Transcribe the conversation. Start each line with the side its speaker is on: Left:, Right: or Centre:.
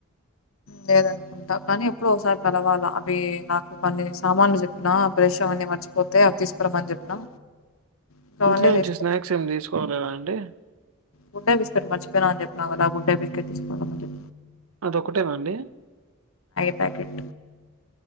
Left: లేదనుకుంటా కానీ ఎప్పడో ఒకసారి కలవాలా అవి నాకు కొన్ని సామాన్లు చెప్పినా ప్రష అన్నీ మర్చిపోతే అవి తీసుకురమని చెప్పినా ఇంకా
Right: ఇంట్లో
Left: అవన్నీ
Right: నుంచి
Left: తీసుకు
Right: స్నాక్స్ ఏం తీసుకోరాలేదా అండి
Left: గుడ్ డే బిస్కెట్ మర్చపోయినా అని చెప్పన్నా కదా గుడ్ డే బిస్కట్ తీసుకురవడానికి
Right: అదొకటేనా అండి
Left: <inaudible> పాకెట్